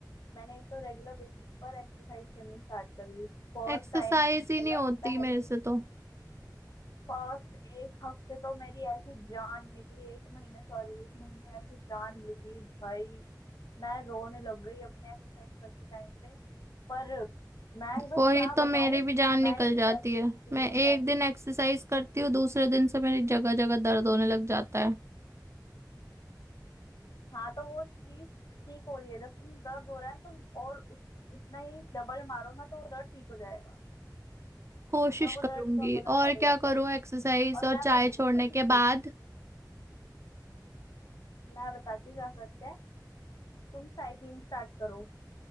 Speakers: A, on the left; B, on the right.
A: मैंने एक तो रेगुलर बेसिस पर एक्सरसाइज करनी स्टार्ट करी फर्स्ट
B: एक्सरसाइज
A: टाइम मतलब
B: ही नहीं होती
A: पहले
B: मेरे से तो
A: फर्स्ट एक हफ्ते तो मेरी ऐसी जान निकली एक महीने सॉरी एक महीने ऐसी जान निकली भाई मैं रोने लग गई अपने एक्सरसाइज करते टाइम पे पर मैं बस
B: वही
A: क्या
B: तो
A: बताऊं
B: मेरी भी जान निकल
A: मैं ही
B: जाती
A: सह सकती
B: है
A: थी
B: मैं
A: वो
B: एक दिन एक्सरसाइज करती हूँ दूसरे दिन से मेरी जगह जगह दर्द होने लग जाता है
A: हाँ तो वो चीज ठीक हो रही है जब तुम दर्द हो रहा है तुम और उसको उतना ही डबल मारो ना तो वो दर्द ठीक हो जाएगा
B: कोशिश
A: तब वो
B: करूंगी
A: दर्द कम होना स्टार्ट
B: और क्या
A: हो जाता
B: करूँ
A: है
B: एक्सरसाइज
A: और
B: और
A: मैं
B: चाय
A: पता है क्या
B: छोड़ने
A: करती
B: के
A: थी
B: बाद
A: मैं बताती हूँ क्या करते हैं तुम साइकिलिंग स्टार्ट करो